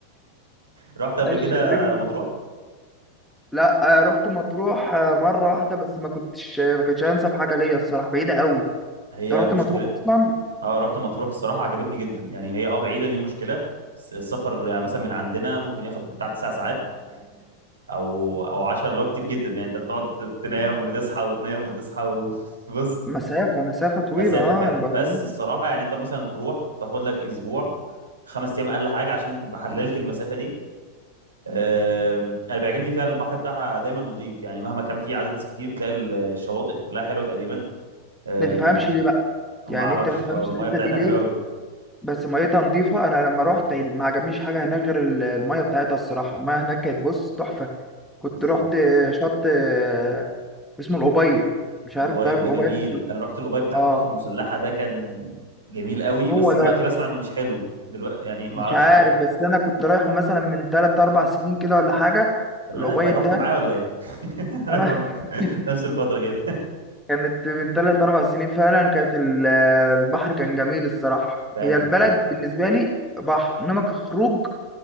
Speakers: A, on the right (about 75°); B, in the centre.
A: رحت قبل
B: الشرير
A: كده مطروح
B: لا آه، رحت مطروح آه، مره واحده بس ما كنتش ما كانتش انسب حاجه ليا الصراحه بعيده قوي
A: هي
B: انت رحت
A: مشكلة
B: مطروح اصلا
A: اه رحت مطروح الصراحة عجبتني جدا يعني هي اه بعيدة دي المشكلة الس- السفر يعني مثلا من عندنا ممكن ياخد بتاع تسع ساعات او او 10 اللي هو كتير جدا يعني انت بتقعد تنام وتصحى وتنام وتصحى وبص
B: مسافه
A: <laughs>
B: مسافه طويله
A: مسافه
B: اه
A: فعلا
B: عن برلين
A: بس الصراحه يعني انت مثلا تروح تاخد لك اسبوع خمس ايام اقل حاجه عشان تبقى حللت المسافه دي أم، انا بيعجبني فيها البحر بتاعها دايما نظيف يعني مهما كان في عدد ناس كتير بتلاقي ال- الشواطئ كلها حلوه تقريبا أه،
B: ما تفهمش ليه بقى
A: ما
B: يعني
A: اعرفش
B: انت ما تفهمش
A: هو المايه
B: الحته
A: بتاعتها
B: دي ليه
A: حلوه قوي
B: بس ميتها نظيفة أنا لما
A: مم،
B: روحت ما عجبنيش حاجة هناك غير ال- المية بتاعتها الصراحة المية هناك كانت بص تحفة
A: بالظبط
B: كنت روحت شط آه، اسمه الأبيض مش
A: الأوبايد
B: عارف أنت عارف
A: ده
B: الأبيض
A: جميل
B: ده؟
A: انا رحت الأوبايد بتاع
B: آه
A: القوات المسلحه ده كان جميل قوي
B: هو
A: بس
B: ده
A: دلوقتي بسمع انه مش حلو دلوقتي يعني ما
B: مش
A: اعرفش
B: عارف بس أنا كنت رايحه مثلا من تلات أربع سنين كده ولا حاجة
A: لا
B: الأبيض
A: انت رحت
B: ده
A: معاه ولا ايه؟ <laughs> انا
B: أنا
A: برضه
B: <laughs>
A: نفس الفترة كده
B: كانت من تلات أربع سنين فعلا كانت ال- البحر كان جميل الصراحة
A: فعلا
B: هي البلد
A: ده
B: بالنسبة لي بحر إنما كخروج